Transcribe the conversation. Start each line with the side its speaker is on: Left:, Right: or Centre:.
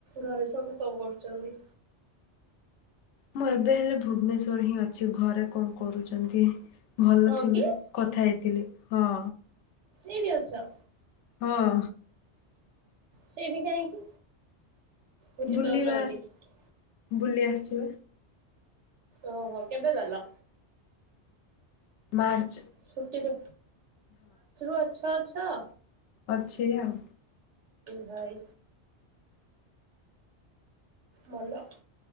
Right: ଘରେ ସବୁ କଣ କରୁଛନ୍ତି।
Left: ମୁଁ ଏବେ ହେଲେ ଭୁବନେଶ୍ଵର ହିଁ ଅଛି ଘରେ କଣ କରୁଛନ୍ତି। ଭଲ
Right: ହଁ
Left: ଥିବେ
Right: କି?
Left: କଥା ହେଇଥିଲି। ହଁ।
Right: ଏଇଠି ଅଛ।
Left: ହଁ।
Right: ସେଇ ଠି କାଇଁ କି? ବୁଲି
Left: ବୁଲିବା
Right: ପାରୁନ ବୋଲିକି
Left: ବୁଲି ଆସିଛ
Right: ଓହୋ କେବେ ଗଲ?
Left: ବାର୍-
Right: ଛୁଟିରେ ମାର୍ଚ୍ଚରୁ ଅଛ ଛଅ।
Left: ଅଛି ଆଉ
Right: ଭାଇ! ଭଲ